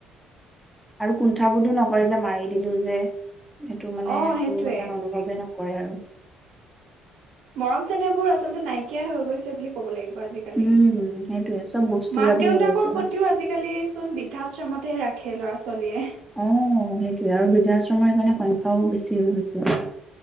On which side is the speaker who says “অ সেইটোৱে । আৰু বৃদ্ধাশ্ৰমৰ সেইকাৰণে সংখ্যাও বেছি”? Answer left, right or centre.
Centre